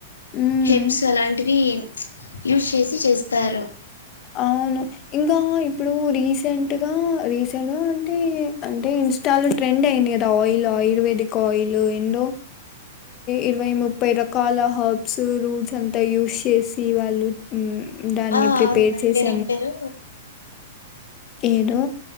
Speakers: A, on the left; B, on the left.
A: హ్మ్.
B: హేబ్స్ అలాంటివి యూస్ చేసి చేస్తారు
A: అవును ఇంకా ఇప్పుడు రీసెంట్గా రీసెంట్గా అంటే అంటే ఇంస్టా లో ట్రెండ్ అయింది కదా ఆయిల్ ఆయుర్వేదిక్ ఆయిలు ఉన్న ఇరవై ముప్ప రకాల హర్బ్స్ రూట్స్ అంతా యూస్ చేసి వాళ్ళు దాన్ని
B: ఆ
A: ప్రిపేర్
B: అవును దాని
A: చేసి
B: పేరు ఏం పేరు
A: ఏడు